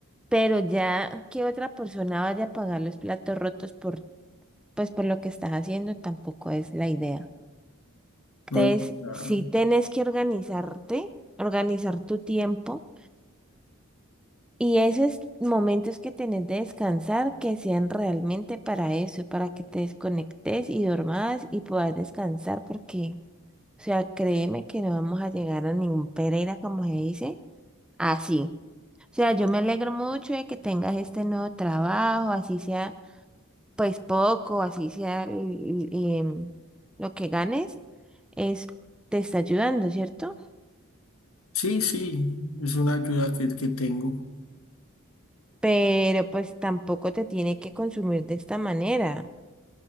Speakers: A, in the centre; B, on the left.
A: Pero ya que otra persona vaya a pagar los platos rotos por, pues, por lo que estás haciendo, tampoco es la idea.
B: No,
A: Entonces,
B: claro.
A: sí tenés que organizarte, organizar tu tiempo y esos momentos que tenés de descansar que sean realmente para eso, para que te desconectes y dormas y puedas descansar porque... O sea, créeme que no vamos a llegar a ningún Pereira, como se dice, así. O sea, yo me alegro mucho de que tengas este nuevo trabajo, así sea, pues poco, así sea l- l- em, lo que ganes, es, te está ayudando, ¿cierto?
B: Sí, sí, es una ayuda que, que tengo.
A: Pero pues tampoco te tiene que consumir de esta manera.